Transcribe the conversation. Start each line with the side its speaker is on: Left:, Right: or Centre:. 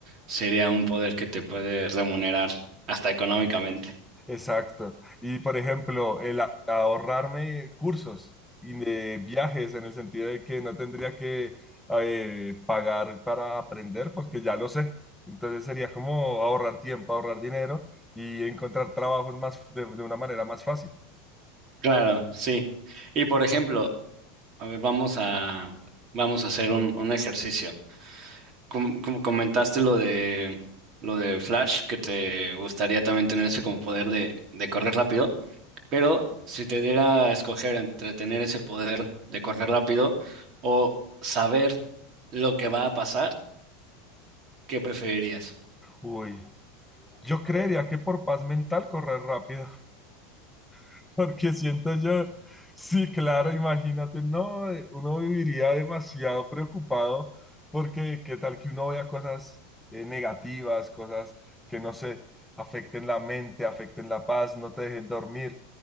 Right: sería un poder que te puede remunerar hasta económicamente.
Centre: Exacto. Y por ejemplo, el a- ahorrarme cursos y de viajes en el sentido de que no tendría que eh, pagar para aprender porque ya lo sé. Entonces sería como ahorrar tiempo, ahorrar dinero y encontrar trabajos más de, de una manera más fácil.
Right: Claro, sí. Y por ejemplo, a ver, vamos a, vamos a hacer un, un ejercicio. Como, como comentaste lo de, lo de Flash, que te gustaría también tener ese como poder de, de correr rápido, pero si te diera a escoger entre tener ese poder de correr rápido o saber lo que va a pasar, ¿Qué preferirías?
Centre: Uy, yo creería que por paz mental correr rápido. <laughs> Porque siento yo, sí, claro, imagínate, no, eh, uno viviría demasiado preocupado porque qué tal que uno vea cosas eh, negativas, cosas que no sé, afecten la mente, afecten la paz, no te dejen dormir.